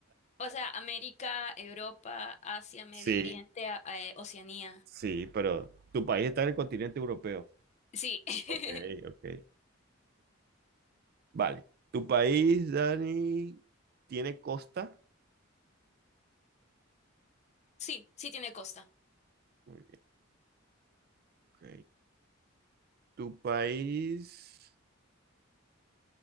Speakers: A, on the left (about 35°); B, on the right (about 50°).
A: O sea, América, Europa, Asia, Medio
B: Sí,
A: Oriente, a- eh, Oceanía.
B: sí, pero tu país está en el continente europeo.
A: Sí. <laughs>
B: Ok, ok. Vale. ¿Tu país, Dani, tiene costa?
A: Sí, sí tiene costa.
B: Muy bien, ok. ¿Tu país...